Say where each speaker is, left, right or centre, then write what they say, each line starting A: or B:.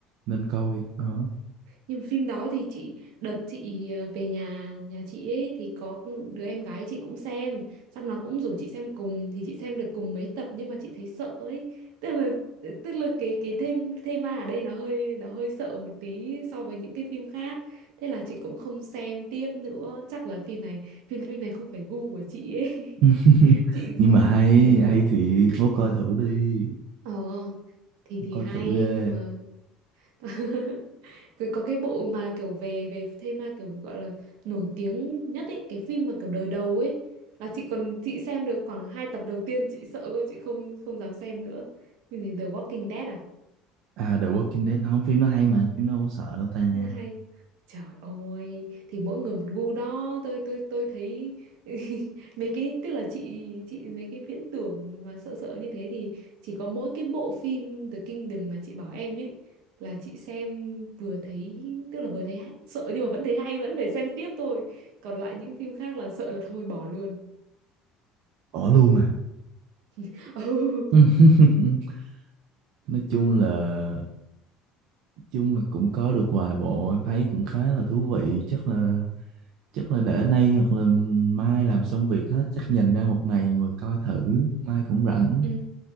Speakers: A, on the right; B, on the right.
A: nên coi đó
B: Nhưng phim đó thì chị đợt chị ờ, về nhà nhà chị ấy thì có đứa em gái chị cũng xem, xong nó cũng rủ chị xem cùng thì chị xem được cùng mấy tập nhưng mà chị thấy sợ ấy. Tức là tức là cái cái thema thema ở đây nó hơi nó hơi sợ một tí so với những cái phim khác. Thế là chị cũng không xem tiếp nữa. Chắc là phim này phim phim này không phải gu của chị ấy. <laughs>
A: <laughs>
B: Chị chị
A: nhưng mà hay
B: ừ.
A: hay thì ngố coi
B: ừ.
A: thử đi
B: Ờ thì thì
A: coi
B: hay
A: thử đi
B: nhưng mà <laughs> Rồi có cái bộ mà kiểu về về thế kiểu gọi là nổi tiếng nhất ấy, cái phim mà kiểu đời đầu ấy là chị còn chị xem được khoảng hai tập đầu tiên chị sợ quá chị không không dám xem nữa. Cái gì The Walking Dead à?
A: à The Walking Dead không phim nó hay mà phim nó đâu có sợ đâu ta
B: Thế là hay trời ơi thì mỗi người một gu đó tôi tôi tôi thấy <laughs> mấy cái tức là chị chị mấy cái viễn tưởng mà sợ sợ như thế thì chỉ có mỗi cái bộ phim The Kingdom mà chị bảo em ấy là chị xem vừa thấy tức là vừa thấy hay- sợ nhưng mà vẫn thấy hay vẫn phải xem tiếp thôi còn lại những phim khác là sợ là thôi bỏ luôn
A: bỏ luôn à
B: <laughs>
A: <laughs> nói chung là chung là cũng có được vài bộ em thấy cũng khá là thú vị chắc là chắc là để nay hoặc là mai làm xong việc hết chắc dành ra một ngày ngồi coi thử mai cũng rảnh
B: ừ.